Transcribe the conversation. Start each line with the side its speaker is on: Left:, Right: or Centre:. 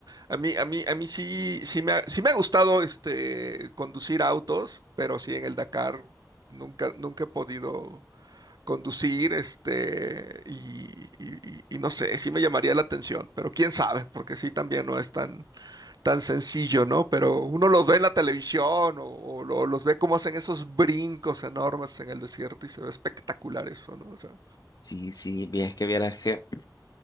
Right: a mí, a mí, a mí sí, sí me ha, sí me ha gustado, este, conducir autos, pero sí en el Dakar nunca, nunca he podido conducir, este, y, y- y- y no sé, sí me llamaría la atención, pero quién sabe, porque sí también no es tan tan sencillo, ¿no? Pero uno los ve en la televisión o, o lo- los ve cómo hacen esos brincos enormes en el desierto y se ve espectacular eso, ¿no? O sea,
Left: Sí, sí, vi- es que vieras que